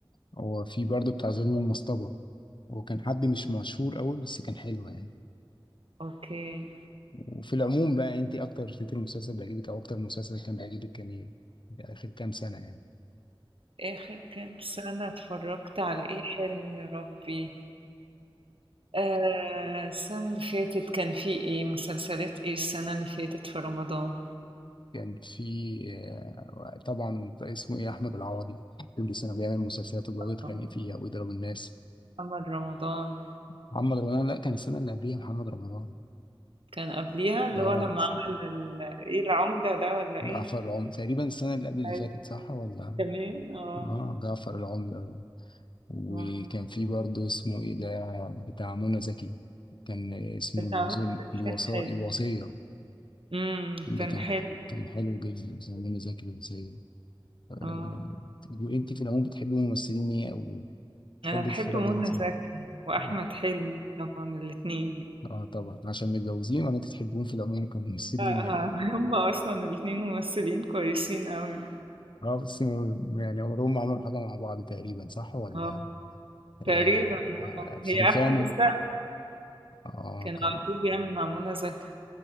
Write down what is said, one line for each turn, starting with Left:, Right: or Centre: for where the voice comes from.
Left: هو في برضه بتاع ظلم المصطبة هو كان حد مش مشهور قوي بس كان حلو يعني
Right: أوكي،
Left: وفي العموم بقى أنت أكتر تتر مسلسل بيعجبك أو أكتر مسلسل كان بيعجبك كان إيه؟ آخر كام سنة يعني
Right: آخر كام سنة اتفرّجت على إيه حلو يا ربي؟ آآ، السنة اللي فاتت كان في إيه، مسلسلات إيه السنة اللي فاتت في رمضان؟
Left: كان في آه، طبعا اسمه ايه احمد العوضي كل سنه بيعمل مسلسلات وبيقعد
Right: آه،
Left: يتخانق فيها ويضرب الناس
Right: محمد رمضان.
Left: محمد رمضان لا كان السنه اللي قبليها محمد رمضان
Right: كان قبليها اللي
Left: اه
Right: هو لما عمل ال... ايه العمدة ده ولا ايه
Left: جعفر العمدة تقريبا السنه اللي قبل اللي
Right: أيوة،
Left: فاتت صح ولا
Right: كمان اه
Left: اه جعفر العمدة وكان
Right: آه.
Left: في برضه اسمه ايه ده بتاع منى زكي كان اسمه
Right: بس
Left: الوصول
Right: عمل
Left: الوصا-
Right: كان حلو
Left: الوصية
Right: امم
Left: ده
Right: كان
Left: كان
Right: حلو
Left: كان حلو جدا اسمه منى زكي الوصية آه،
Right: اه
Left: وانت في العموم بتحبي ممثلين ايه او تحب
Right: انا بحب
Left: تتفرج
Right: منى
Left: على سينما
Right: زكي واحمد
Left: لا
Right: حلمي طبعا الاتنين
Left: اه طبعا عشان متجوزين وانا انت تحبون في العموم كممثلين
Right: آه، آه.
Left: يعني
Right: <laughs> هم اصلا الاتنين ممثلين كويسين قوي
Left: اه بس م- يعني عمرهم ما عملوا حاجة مع بعض تقريبا صح ولا
Right: اه
Left: آه
Right: تقريبا
Left: آه،
Right: اه
Left: افريكانو
Right: هي احمد السقا
Left: اه
Right: كان
Left: كان
Right: على طول بيعمل مع منى زكي